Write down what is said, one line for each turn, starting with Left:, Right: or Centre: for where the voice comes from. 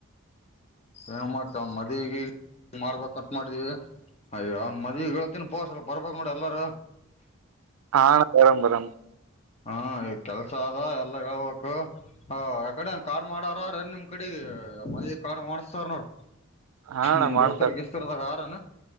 Left: ಏನ್ ಮಾಡ್ತ ಅವ್ನ್ ಮದ್ವಿಗೆ ಮಾಡ್ಬೇಕಂತ ಮಾಡೀವಿ ಅಯ್ಯೊ ಅವ್ನ್ ಮದ್ವಿಗ ತಿಿನ ಪೋಸಲ್ ರ್ಬಬೇಕ್ ನೋಡು ಎಲ್ಲರು
Right: ಹಾ ಅಣ ಬರಣ್ ಬರಣ್
Left: ಹಾ ಈಗ ಕೆಲ್ಸ ಅದ ಎಲ್ಲ ಹೇಳ್ಬೇಕು ಯಕಡೆ ಕಾರ್ ಮಾಡಾರಾರೆ ನಿಮ್ ಕಡಿಗೆ ಮನೆ ಕಾಡ್ ಮಾಡ್ಸ್ತಾರ್ ನೋಡ್
Right: ಹಾ ಅಣ್ಣ
Left: ನಿಮ್
Right: ಮಾಡ್ತಾರ
Left: ದೋಸ್ತಾರ್ ಎಸ್ಟಿದಾರ್ ಆರೆನ